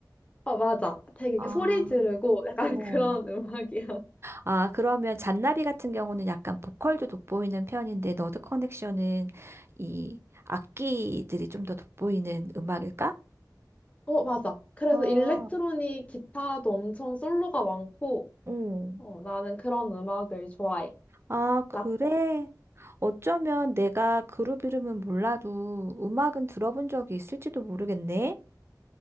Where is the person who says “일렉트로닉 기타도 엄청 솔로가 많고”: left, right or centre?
Left